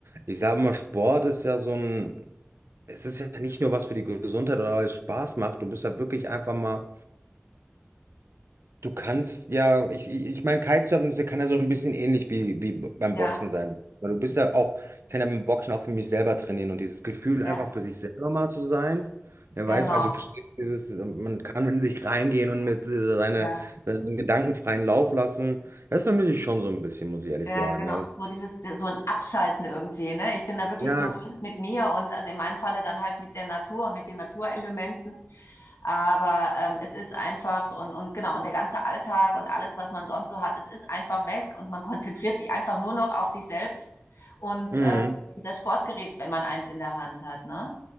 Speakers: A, on the right; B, on the left.
A: ich sage mal, Sport ist ja so ein, es ist ja nicht nur was für die Gesundheit oder alles Spaß macht, du bist ja wirklich einfach mal Du kannst ja, ich, ich ich meine, Kitesurfen ist, ja- kann ja so ein bisschen ähnlich wie, wie beim
B: ja,
A: Boxen sein. Weil du bist ja auch, ich kann ja beim Boxen auch für mich selber trainieren und dieses Gefühl,
B: ja,
A: einfach für sich selber mal zu sein. Wer
B: genau.
A: weiß, also Mhm. versteht dieses, man kann in sich reingehen und mit dieser- seine,
B: Ja.
A: seinen Gedanken freien Lauf lassen. Das vermisse ich schon so ein bisschen, muss ich ehrlich
B: Ja,
A: sagen.
B: genau.
A: Also,
B: So dieses, so ein Abschalten irgendwie, ne? Ich bin da wirklich
A: ja.
B: so ganz mit mir und also in meinem Falle dann halt mit der Natur und mit den Naturelementen. Aber ähm, es ist einfach und, und genau, und der ganze Alltag und alles, was man sonst so hat, es ist einfach weg und man <laughs> konzentriert sich einfach nur noch auf sich selbst und
A: Mhm.
B: äh, das Sportgerät, wenn man eins in der Hand hat, ne?